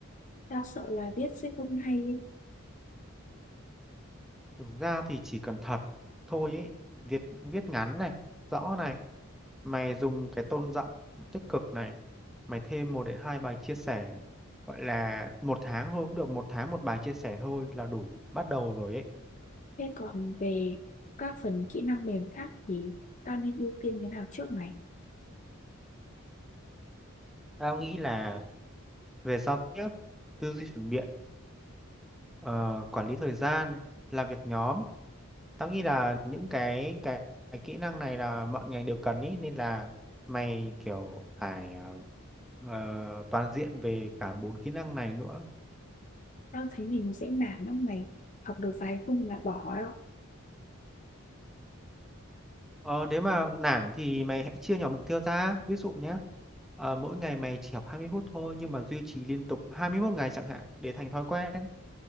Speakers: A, on the left; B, in the centre.
A: Tao sợ là viết sẽ không hay ấy.
B: thực ra thì chỉ cần thật thôi ấy viết viết ngắn này rõ này mày dùng cái tone giọng tích cực này mày thêm một đến hai bài chia sẻ gọi là một tháng thôi cũng được một tháng một bài chia sẻ thôi là đủ bắt đầu rồi ấy
A: Thế còn về các phần kỹ năng mềm khác thì tao nên ưu tiên cái nào trước mày?
B: tao nghĩ là về giao tiếp tư duy phản biện ờ, quản lý thời gian, làm việc nhóm. Tao nghĩ là những cái cái, cái kỹ năng này là mọi ngành đều cần ý nên là mày kiểu phải ờ, ờ, toàn diện về cả bốn kỹ năng này nữa.
A: Tao thấy mình dễ nản lắm mày. Học được vài khung là bỏ đó.
B: Ờ, nếu mà nản thì mày hãy chia nhỏ mục tiêu ra. Ví dụ nhé, ờ, mỗi ngày mày chỉ học 20 phút thôi nhưng mà duy trì liên tục 21 ngày chẳng hạn để thành thói quen.